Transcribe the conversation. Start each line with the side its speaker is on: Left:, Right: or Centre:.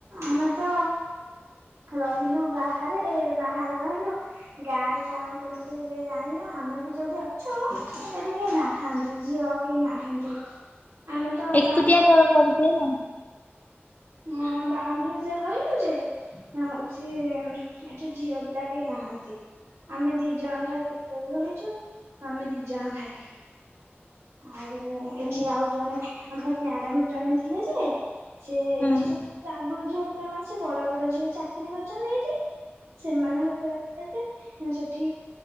Right: ଆମେ ତ ରହିଲୁ ବାହାରେ ବାହାରେ ରହିଲୁ। ଗାଁ ରେ କଣ କେମିତି ହୁଏ ଜାଣିନୁ। ଆମେ ବି ଯୋଉଠି ଅଛୁ ସେଠିି କିଏ ନାହାନ୍ତି ଝିଅ। କିଏ ନାହାନ୍ତି ଆମେ ତ
Left: ଏକୁଟିଆ
Right: ବାଉଣ୍ଡ୍ରି
Left: ତ
Right: ଭିତରେ
Left: କରିଦିଏ ନା
Right: ହଁ ବାଉଣ୍ଡ୍ରି ଭିତରେ ରହିଲୁ ଯେ ନା ହଉଛି ଏଠି ଝିଅ ପିଲା କେହି ନାହା ନ୍ତି ଆମେ ଦି ଜଣ ଖାଲି ଛୋଟ ବେଳୁ ରହିଛୁ। ଆମେ ଦି ଜଣ ଖାଲି। ଆଉ ଏଠି
Left: ହୁଁ
Right: ଆଉ ଜଣେ ଆମ ମ୍ୟାଡାମ ଜଣେ ଥିଲେ ଯେ ସେ ଏଇଠି
Left: ହୁଁ
Right: ସବୁ ଆଗରୁ ଝିଅ ପିଲା ମାନେ ସେ ବଡ ବଡ ଝିଅ ଚା କିରି କରୁଛନ୍ତି ଏଇଠି। ସେମାନେ ହେତେବେଳେ ଥିଲେ ଯେ ସେଠି